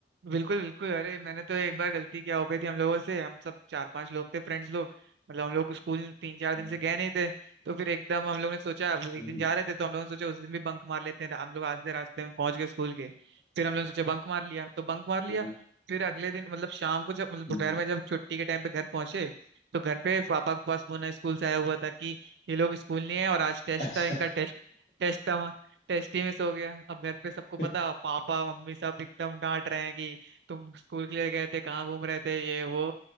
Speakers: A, on the right; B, on the left.
A: बिल्कुल बिल्कुल अरे मैंने तो एक बार गलती क्या हो गई थी हम लोगों से हम सब चार पांच लोग थे फ्रेंड्स लोग मतलब हम लोग स्कूल तीन चार
B: हाँ
A: दिन से गए नहीं थे तो फिर एकदम हम लोग ने सोचा अब एक
B: हम्म,
A: दिन जा रहे थे तो हम लोगों ने सोचा उस दिन भी बंक मार लेते हैं तो हम लोग आधे रास्ते में पहुंच गए स्कूल के फिर हम लोगों ने सोचा बंक मार लिया तो बंक मार लिया
B: हाँ
A: फिर अगले दिन मतलब शाम को जब मतलब दोपहर
B: हम्म।
A: में जब छुट्टी के टाइम पे घर पहुंचे तो घर पे पापा के पास फोन स्कूल से आया हुआ था कि ये लोग स्कूल नहीं है और आज टेस्ट
B: अच्छा
A: था इनका टेस्ट टेस्ट था वहाँ टेस्ट ही मिस हो गया अब घर पे
B: <laughs>
A: सबको पता पापा मम्मी सब एकदम डांट रहे हैं कि तुम स्कूल के लिए गए थे कहाँ घूम रहे थे ये वो